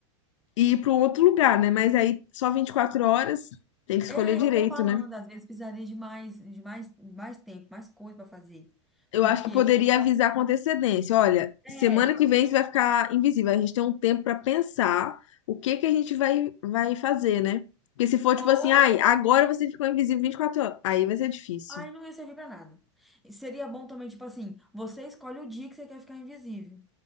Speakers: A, on the left; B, in the centre.
A: e ir para um outro lugar, né? Mas aí só 24 horas, tem que escolher
B: é
A: direito,
B: isso que eu tô falando.
A: né?
B: Às vezes precisaria de mais, de mais, mais tempo, mais coisa para fazer.
A: Eu
B: Porque
A: acho que poderia
B: vinte e quatro
A: avisar
B: horas.
A: com antecedência: olha,
B: É.
A: semana que vem você vai ficar invisível. A gente tem um tempo pra pensar o que que a gente vai, vai fazer, né? Porque se for tipo
B: Ou
A: assim, ai, agora você ficou invisível 24 horas, aí vai ser difícil.
B: Aí não ia servir pra nada. E Seria bom também, tipo assim, você escolhe o dia que você quer ficar invisível.